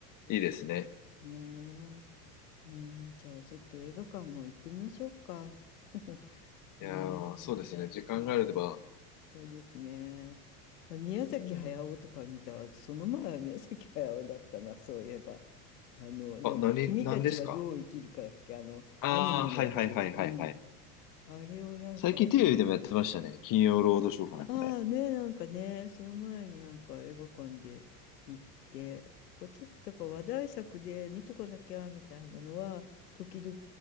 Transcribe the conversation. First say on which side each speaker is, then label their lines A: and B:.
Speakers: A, on the left (about 40°); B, on the left (about 85°).
A: いいですね。
B: ねえ、うん、じゃあちょっと映画館も行ってみましょうか。<laughs> ねえ、
A: いやー、
B: また。
A: そうですね。時間があれば。
B: はーいそうですね。宮崎駿とか見た、
A: うん。
B: その前は宮崎駿だったな、そういえば。あの、なんだっけ、
A: あ、何、
B: 君たちはどう生きるかだっけ、
A: 何ですか
B: あの、
A: ああー、
B: アニメのやつ。
A: はいはいはいはいはい。
B: うん。あれをなんか、
A: 最近テレビでもやってましたね。金曜ロードショーかなんかで。
B: ああね、なんかね、その前になんか映画館で行って、こうちょっとだから話題作で見とかなきゃみたいなのは、時々